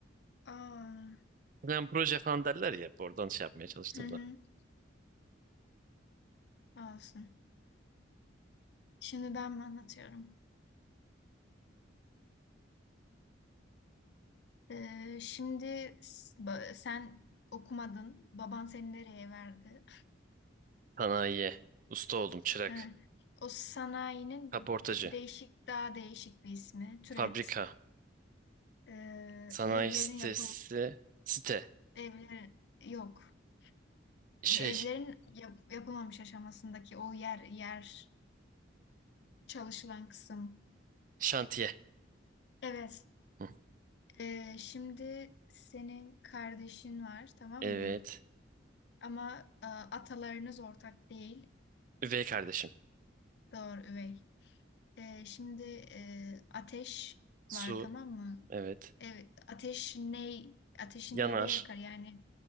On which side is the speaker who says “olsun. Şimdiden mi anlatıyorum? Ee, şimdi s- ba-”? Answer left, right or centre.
Left